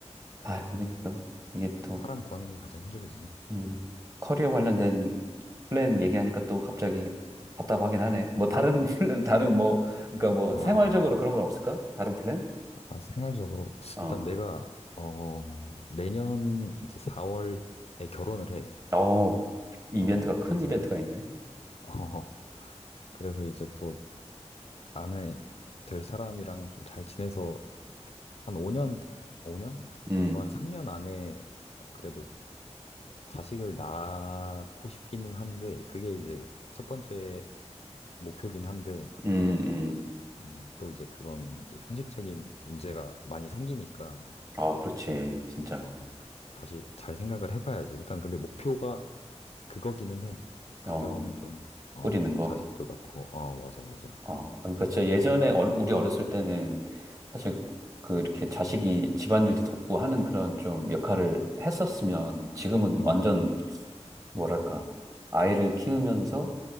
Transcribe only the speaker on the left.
그래서
사람 구하는 게 가장 힘들지.
음.
아,
아, 생활적으로
일단 내가 어 내년 이제 4월에 결혼을 해.
어
그래서
어 그래서 이제 또 아내 될 사람이랑 좀 잘 지내서 한 5년 5년
아니고 한 3년 안에 어, 그래도 자식을 낳고 싶기는 한데 그게 이제 첫 번째 목표긴 한데
음, 또 이제 그건 이제 현실적인 문제가 많이 생기니까
어, 다시 잘 생각을 해봐야지. 일단 근데 목표가 그거기는 해. 가정을
좀 어,
자식도 낳고 어 맞아 맞아.
음,